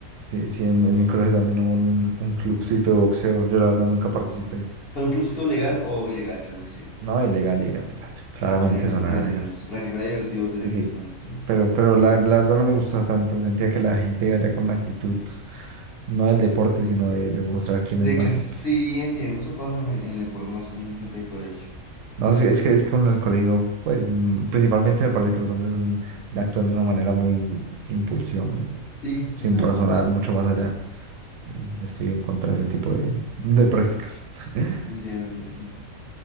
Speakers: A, on the right; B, on the left.
A: Sí, sí, en, en mi colegio también hubo un, un clubcito de boxeo. Yo la verdad nunca participé.
B: ¿Para un clubcito legal
A: Eh,
B: o ilegal, clandestino?
A: No, ilegal, ilegal, ilegal. Claramente
B: Tenía que
A: eso
B: ser
A: no
B: clandestinos.
A: era legal.
B: Para que fuera divertido, tenía
A: Sí,
B: que
A: sí,
B: ser clandestino.
A: pero, pero la, la verdad no me gustaba tanto. Sentía que la gente iba ya con una actitud, no del deporte, sino de, de mostrar quién
B: De
A: es más.
B: casi
A: Y, pues,
B: entiendo, eso pasa en, en el deporte más con gente de colegio.
A: no, sí, es que es que uno en el colegio, pues mm, principalmente me parece que los hombres son- actúan de una manera muy impulsiva, muy
B: Sí,
A: sin
B: es verdad,
A: razonar
B: es verdad.
A: mucho más allá. Y yo estoy en contra de ese tipo de, de prácticas. <laughs>
B: Entiendo, entiendo.